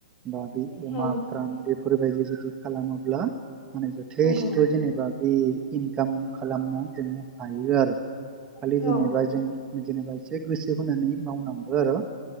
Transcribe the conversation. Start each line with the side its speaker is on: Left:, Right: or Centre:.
Right: बा बे
Left: औ
Right: अमा फ्राम बेफोरबायदि जुदि खालामोब्ला माने जथेस्थ'
Left: नंगौ
Right: जेनेबा बे इनकाम खालामनो हायो आरो। खालि
Left: औ
Right: जेनेबा जों जेनेबा एसे गोसो होनानै मावनांगौ आरो।